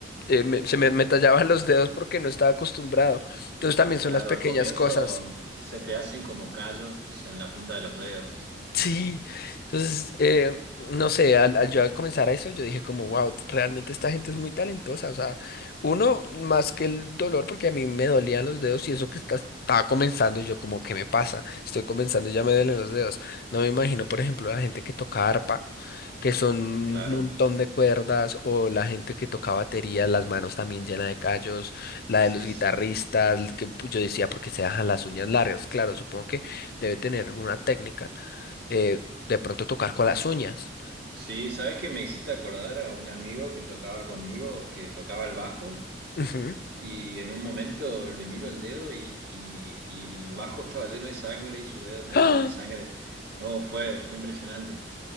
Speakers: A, on the left (about 55°); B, on the right (about 60°).
A: se me, me tallaban los dedos porque no estaba acostumbrado. Entonces también
B: Claro,
A: son las pequeñas
B: al comienzo
A: cosas.
B: se te hacen como callos en la punta de los dedos.
A: Sí, entonces, eh, no sé, al, al yo al comenzar a eso, yo dije como, wow, realmente esta gente es muy talentosa, o sea, uno, más que el dolor, porque a mí me dolían los dedos y eso que está, estaba comenzando, y yo como, ¿qué me pasa? Estoy comenzando y ya me duelen los dedos. No me imagino, por ejemplo, la gente que toca arpa, que son un
B: Claro,
A: montón de cuerdas, o la gente que toca batería, las manos también llenas de callos, la
B: sí,
A: de los guitarristas,
B: sí.
A: que pues, yo decía, porque se dejan las uñas largas, claro, supongo que debe tener alguna técnica eh, de pronto tocar con las uñas.
B: Sí, ¿sabes qué me hiciste acordar a un amigo que tocaba conmigo, que tocaba el bajo?
A: Ujú.
B: Y en un momento le miro el dedo y, y- y el bajo estaba lleno de sangre y su dedo estaba
A: <gasps> ¡Ah!
B: lleno de sangre. No, fue, fue impresionante.